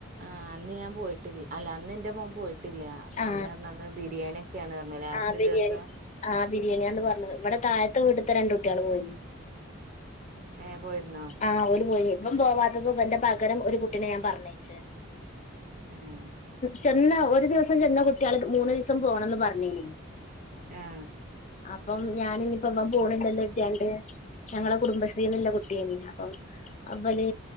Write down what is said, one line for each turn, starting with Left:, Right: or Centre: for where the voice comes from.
Right: ആഹ് അന്ന് ഞാൻ പോയിട്ടില്ല അല്ല അന്ന് എന്റെ മോൻ പോയി ട്ടില്ല
Left: ആ
Right: ഓന് പറന്ന് ബിരിയാണിയ ഒക്കെയാണ് പറഞ്ഞു ലാസ്റ്റ്
Left: ആ ബിരിയാണി
Right: ദിവസം
Left: ആ ബിരിയാണിയാന്ന് പറഞ്ഞത് ഇവിടെ താഴത്തെ വീടുത്തെ രണ്ട കുട്ടികള് പോയിനി
Right: ഏഹ് പോയിരുന്നോ
Left: ആഹ ഒരു പോയി ഇപ്പം പോവാത്തവന്റെ പകരം ഒരു കുട്ടിനെ ഞാൻ പറഞ്ഞച്ചരുന്നു
Right: ആഹ
Left: ചെന്ന ഒരു ദിവസം ചെന്ന കുട്ടികള് മൂന്ന് ദിവസം പോണംന്ന് പറഞ്ഞില്ലേ
Right: ആഹ്
Left: അപ്പം ഞാനിിപ്പോ എൻ പോണില്ലല്ലോ എത്തിാണ്ട് ഞങ്ങളെ കുടുംബശ്രീന്ന ട്ട അപ്പം അവല്